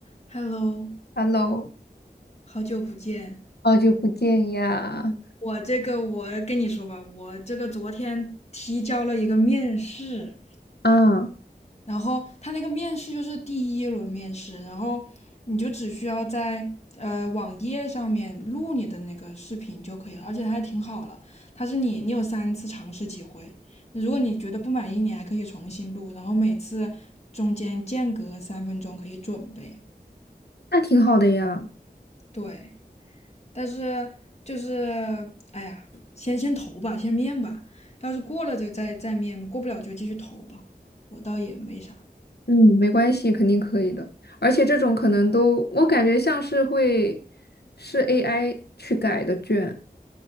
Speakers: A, on the left; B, on the left.
A: Hello，
B: Hello，
A: 好久不见。
B: 好久不见呀！
A: 我这个，我跟你说吧，我这个昨天提交了一个面试，
B: 啊，
A: 然后他那个面试就是第一轮面试，然后你就只需要在呃网页上面录你的那个视频就可以了，而且它还挺好了，它是你你有三次尝试机会，如果你觉得不满意，你还可以重新录，然后每次中间间隔三分钟可以准备。
B: 那挺好的呀。
A: 对。但是就是哎呀，先先投吧，先面吧，要是过了就再再面，过不了就继续投吧。我倒也没啥，
B: 嗯，没关系，肯定可以的。而且这种可能都，我感觉像是会是 AI 去改的卷。